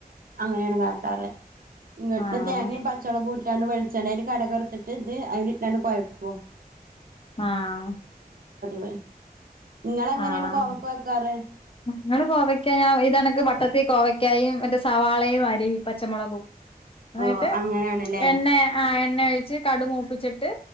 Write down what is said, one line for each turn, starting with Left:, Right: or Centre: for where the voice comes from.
Right: അങ്ങനെയാണ് കാട്ടാറ് ഇങ്ങട്ട്
Left: ആഹ്
Right: തേങ്ങയും പച്ചൊളകു ട്ടാണ് വെളിച്ചെണ്ണേൽ കടുക് വറുത്തിട്ട് ഇത് അയ്‌ല്ട്ടാണ്ട് കൊഴക്കും
Left: ആഹ്
Right: വേ ഇങ്ങളെങ്ങനെയാണ്
Left: ആഹ്
Right: കോവക്ക വെക്കാറ് ഉ <unintelligible>
Left: ഞങ്ങള് കോവയ്ക്ക ഞ ഇതണക്ക് വട്ടത്തി കോവയ്ക്കായും മറ്റേ സവാളയും അരിയും പച്ചമുളകും എന്നിട്ട്
Right: ഓ അങ്ങനെയാണല്ലേ
Left: എണ്ണ ആ എണ്ണ ഒഴിച്ച് കടു മൂപ്പിച്ചിട്ട്